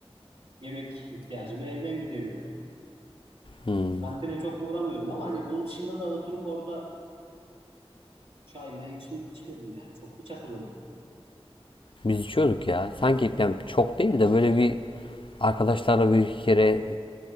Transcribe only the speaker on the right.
yemek ihtiyacımı evden gideriyordum.
Kantine çok uğramıyordum ama hani onun dışında da oturup orada Çay may hiç mi içmedim yani. Çok hiç hatırlamıyorum.